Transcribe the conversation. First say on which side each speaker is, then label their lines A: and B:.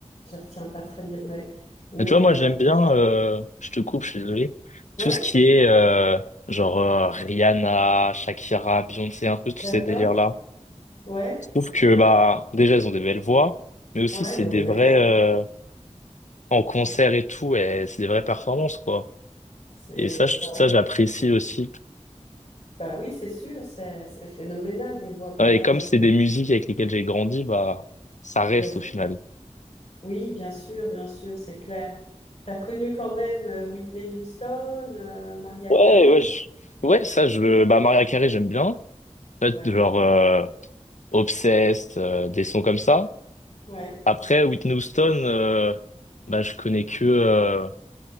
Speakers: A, on the left (about 50°); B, on the left (about 85°).
A: je retiens pas très bien, ouais. Mais,
B: Et tu vois, moi,
A: euh,
B: j'aime bien, euh, je te coupe, je suis désolé,
A: ouais,
B: tout ce qui est euh, genre euh, Rihanna, Shakira, Beyoncé, un peu tous
A: d'accord,
B: ces délires-là.
A: ouais.
B: Je trouve que, bah, déjà, elles ont des belles voix, mais aussi,
A: Ouais,
B: c'est
A: ils ont
B: des
A: des belles
B: vrais,
A: voix.
B: euh,
A: oui.
B: en concert
A: Ouais.
B: et tout, et c'est des vraies performances, quoi.
A: C'est,
B: Et ça, je-
A: bah
B: ça,
A: oui,
B: j'apprécie aussi.
A: Bah oui, c'est sûr, c'est c'est phénoménal des voix pareilles.
B: Ouais, Et comme c'est des musiques avec lesquelles j'ai grandi, bah, ça reste
A: Bah, c'est-
B: au final.
A: oui, bien sûr, bien sûr, c'est clair. T'as connu quand même euh, Whitney Houston, euh, Mariah
B: Ouais,
A: Carey.
B: ouais, je- ouais, ça, je, bah, Maria Carey, j'aime bien. En fait,
A: Ouais,
B: genre, euh, Obsessed, euh, des sons comme ça.
A: ouais.
B: Après, Whitney Houston, euh, bah, je connais que. euh,